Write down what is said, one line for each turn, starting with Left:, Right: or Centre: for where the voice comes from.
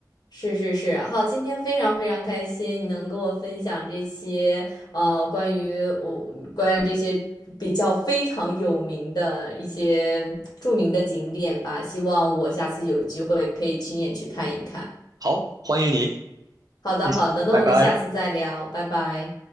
Left: 是是是，好，今天非常非常开心，你能跟我分享这些呃关于我关于这些比较非常有名的一些著名的景点吧，希望我下次有机会可以亲眼去看一看。
Right: 好，欢迎你，
Left: 好的好的，
Right: 谢谢拜拜。
Left: 那我们下次再聊，拜拜。